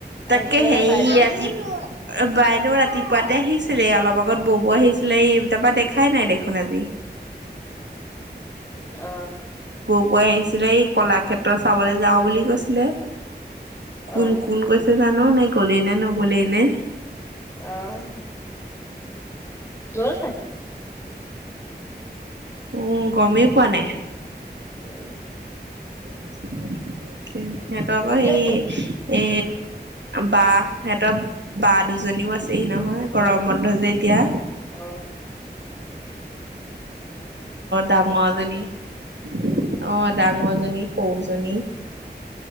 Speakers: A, on the right (about 85°); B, on the left (about 15°).
A: তাকে
B: আহিছিলে
A: সেই
B: নে বাইদেউ?
A: আজি। বাইদেউ ৰাতিপুৱাতে আহিছিলে অলপ আগত বৌবৌ আহিছিলে এই তাৰপা দেখাই নাই দেখোন আজি।
B: অ'।
A: বৌ বৈ আহিছিলে এই কলাক্ষেত্ৰত চাবলৈ যাওঁ বুলি কৈছিলে। কোন,
B: অ
A: কোন গৈছে জানো নে গ'লেই নে নগলেই নে।
B: অ'। গ'ল চাগে।
A: উম, গমেই পোৱা নাই।
B: উম।
A: সিহঁতৰ আকৌ
B: উম
A: সেই। এ, বা সহতৰ বা দুজনীও আছে। নহয় গৰম
B: অ।
A: বন্ধ যে এতিয়া।
B: অ'।
A: ডাঙৰজনী অ', ডাঙৰজনী, সৰুজনী।